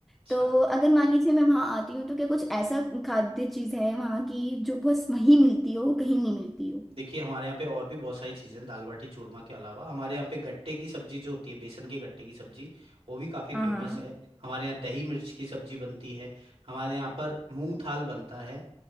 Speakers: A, on the right; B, in the centre.
A: अच्छा
B: तो अगर मान लीजिए मैं वहां आती हूँ तो क्या कुछ ऐसा खाद्य चीज है वहां की जो बस वहीं मिलती हो कहीं नहीं मिलती हो
A: देखिए हमारे यहाँ पे और भी बहुत सारी चीज़ें हैं दाल बाटी चूरमा के अलावा हमारे यहाँ पे गट्टे की सब्जी जो होती है बेसन के गट्टे की सब्जी वो भी काफ़ी फेमस
B: हाँ हाँ
A: है हमारे यहाँ दही मिर्च की सब्जी बनती है हमारे यहाँ पर मूंग थाल बनता है